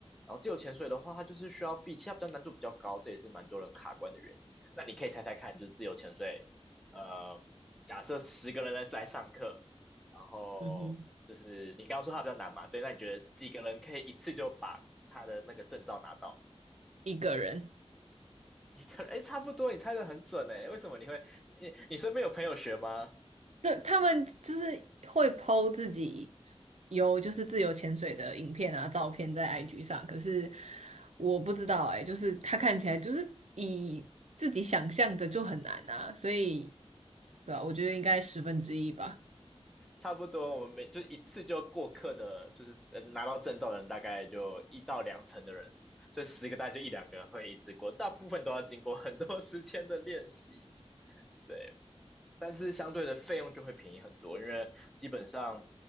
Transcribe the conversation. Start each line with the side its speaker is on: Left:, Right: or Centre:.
Centre: 然后自由潜水的话，它就是需要闭气，它比较难度比较高，这也是蛮多人卡关的原因。那你可以猜猜看，就是自由潜水，呃，假设十个人来来上课，然后就是你刚刚说它比较难嘛，
Right: 嗯哼，
Centre: 对，那你觉得几个人可以一次就把他的那个证照拿到？
Right: 一个人。
Centre: 一个人，哎，差不多，你猜的很准哎，为什么你会？你你身边有朋友学吗？
Right: 对，他们就是会 po 自己有就是自由潜水的影片啊、照片在 IG 上，可是我不知道哎、就是他看起来就是以自己想象的就很难啊，所以对啊，我觉得应该十分之一吧。
Centre: 差不多，我们每就一次就过课的，就是呃拿到证照的人大概就一到两成的人，所以十个大概就一两个会一次过，大部分都要经过很多时间的练习。对。但是相对的费用就会便宜很多，因为基本上